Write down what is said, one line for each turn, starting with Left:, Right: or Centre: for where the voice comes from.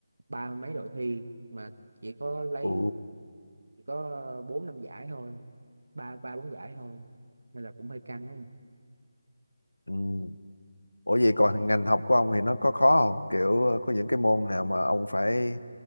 Right: ba mấy đội thi mà chỉ có lấy
Left: ừ
Right: chỉ có bốn năm giải thôi ba ba bốn giải thôi nên là cũng hơi căng ấy
Left: ừ ủa vậy còn ngành học của ông thì nó có khó không kiểu ờ, có những cái môn nào mà ông phải